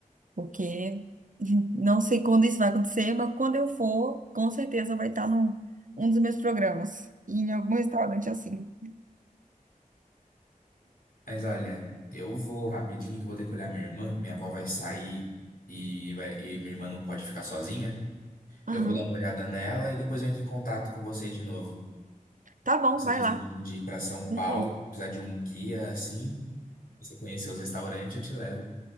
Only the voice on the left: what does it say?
Mas olha, eu vou rapidinho que eu vou ter que olhar minha irmã. Minha avó vai sair e, vai, e minha irmã não pode ficar sozinha.
Eu vou dar uma olhada nela e depois eu entro em contato com você de novo.
Você
decide
um dia ir para São Paulo,
precisar de um guia assim, você conhecer os restaurantes, eu te levo.